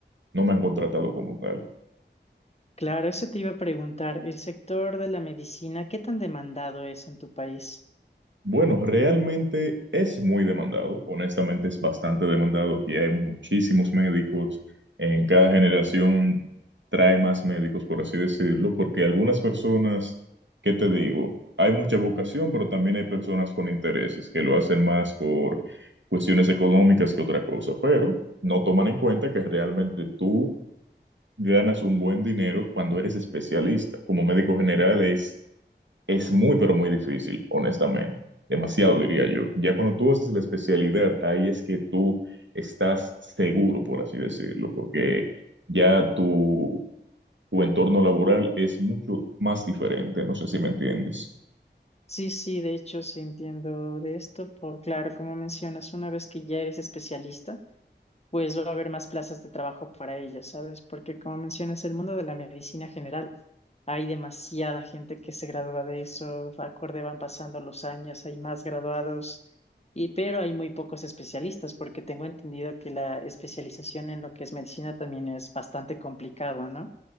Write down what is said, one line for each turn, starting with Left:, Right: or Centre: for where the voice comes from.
Right: no me han contratado como tal.
Left: Claro, eso te iba a preguntar, el sector de la medicina, ¿qué tan demandado es en tu país?
Right: Bueno, realmente es muy demandado, honestamente es bastante demandado. Aquí hay muchísimos médicos, en cada generación trae más médicos, por así decirlo, porque algunas personas, ¿qué te digo? Hay mucha vocación, pero también hay personas con intereses que lo hacen más por cuestiones económicas que otra cosa, pero no toman en cuenta que realmente tú ganas un buen dinero cuando eres especialista. Como médico general es es muy, pero muy difícil, honestamente. Demasiado, diría yo. Ya cuando tú haces la especialidad, ahí es que tú estás seguro, por así decirlo, porque ya tu, tu entorno laboral es mucho más diferente. No sé si me entiendes.
Left: Sí, sí, de hecho, sí entiendo de esto, por claro, como mencionas, una vez que ya eres especialista, pues va a haber más plazas de trabajo para ellos, ¿sabes? Porque como mencionas, el mundo de la medicina general, hay demasiada gente que se gradúa de eso, acorde van pasando los años, hay más graduados, y, pero hay muy pocos especialistas, porque tengo entendido que la especialización en lo que es medicina también es bastante complicado, ¿no?